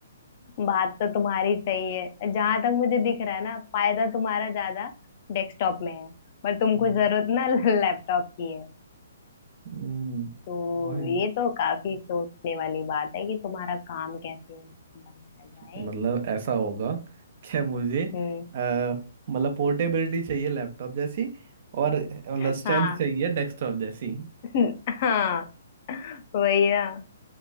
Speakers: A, on the left; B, on the right.
A: बात तो तुम्हारी सही है जहां तक मुझे दिख रहा है ना फायदा तुम्हारा ज्यादा डेस्कटॉप में है पर तुमको
B: हम्म,
A: जरूरत ना लैपटॉप की है
B: हम्म,
A: तो
B: वही
A: ये तो काफी सोचने वाली बात है कि तुम्हारा काम कैसे बनाया जाए
B: मतलब ऐसा होगा कि मुझे
A: हम्म
B: अ, मतलब पोर्टेबिलिटी चाहिए लैपटॉप जैसी और मतलब
A: <laughs>
B: स्ट्रेंथ
A: हाँ
B: चाहिए डेस्कटॉप जैसी
A: <laughs> हाँ वही ना